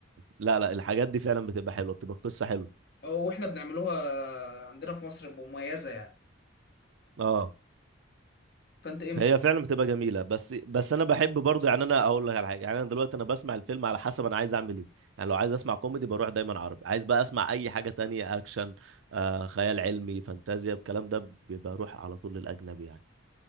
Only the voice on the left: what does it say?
واحنا بنعملوها عندنا في مصر بمميزه يعني
فانت ايه ممكن